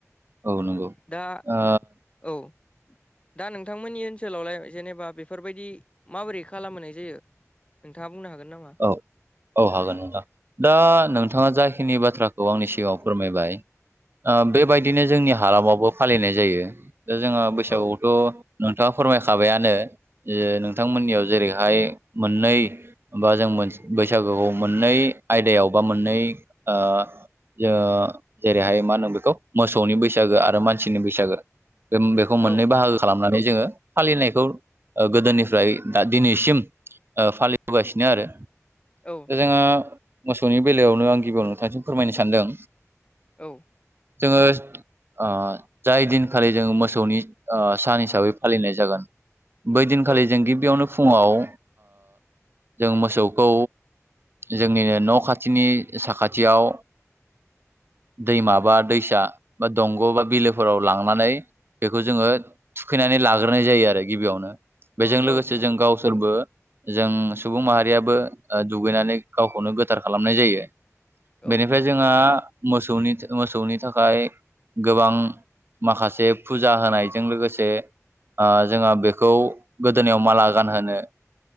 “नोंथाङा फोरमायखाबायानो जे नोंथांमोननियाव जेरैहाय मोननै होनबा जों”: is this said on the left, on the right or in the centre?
Right